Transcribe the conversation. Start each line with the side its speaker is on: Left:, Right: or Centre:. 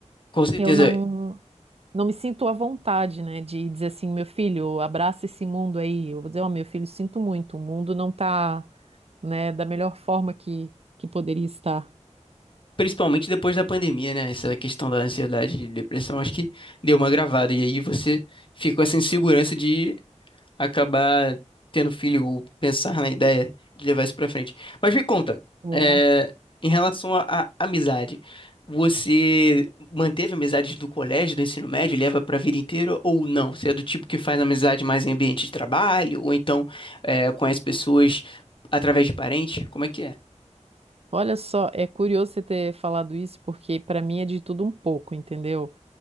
Left: com certeza.
Right: eu não, não me sinto à vontade, né, de dizer assim, meu filho, abraça esse mundo aí. Eu vou dizer, ó, meu filho, sinto muito, o mundo não tá, né, da melhor forma que, que poderia estar.
Left: Principalmente depois da pandemia, né? Essa questão da ansiedade e depressão, acho que deu uma gravada. E aí você fica com essa insegurança de acabar tendo filho ou pensar na ideia de levar isso pra frente. Mas me conta,
Right: É.
Left: é, em relação à à amizade, você manteve amizades do colégio, do ensino médio, leva pra vida inteira ou não? Você é do tipo que faz amizade mais em ambiente de trabalho ou então é, conhece pessoas através de parente? Como é que é?
Right: Olha só, é curioso você ter falado isso, porque para mim é de tudo um pouco, entendeu?